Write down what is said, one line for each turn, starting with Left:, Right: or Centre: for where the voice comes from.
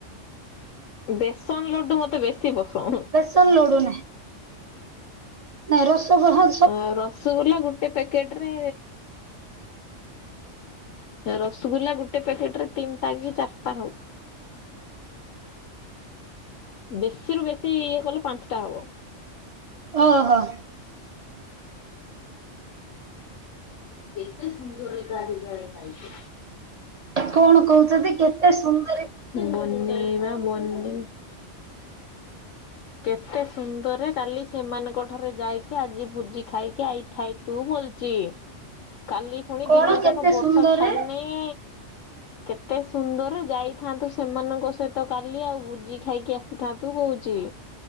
Left: ବେସନ ଲଡୁ ମତେ ବେଶୀ ପସ
Right: ତନ୍ ଲଡ଼ୁ ନା ନାଇଁ ରସଗହ
Left: ଏ ରସଗୋଲା ଗୋଟେ ପ୍ୟାକେଟ ରେ ରସଗୁଲା ଗୋଟେ ପ୍ୟାକେଟ ରେ ତିନିଟା କି ଚାରିଟା ହଉ। ବେଶୀରୁୁ ବେଶୀ ଇଏ କଲେ ପାଞ୍ଚଟା ହବ।
Right: ଓହୋ।
Left: କେତେ ସୁନ୍ଦରେ କାଳୀ ଗାଇ ଖାଇଛୁ।
Right: କଣ କହୁଛନ୍ତି କେତେ ସୁନ୍ଦ
Left: ବନେଇବା ବନେ କେତେ ସୁନ୍ଦରେ କାଲି ସେମାନଙ୍କ ଠାରେ ଯାଇକି ଆଜି ଭୋଜି ଖାଇକି ଆଇଥାଇ ତୁ ଭଲଚି କାଲି ପୁଣି
Right: କଣ
Left: ଦିନ
Right: କେତେ
Left: ଯାକ ବର୍ଷା
Right: ସୁନ୍ଦରରେ
Left: ଛାଡି ନାଇ। କେତେ ସୁନ୍ଦର ଯାଇଥାନ୍ତୁ ସେମାନଙ୍କ ସହିତ କାଲି ଆଉ ବୁଜି ଖାଇକି ଆସିଥାନ୍ତୁ କହୁଛି।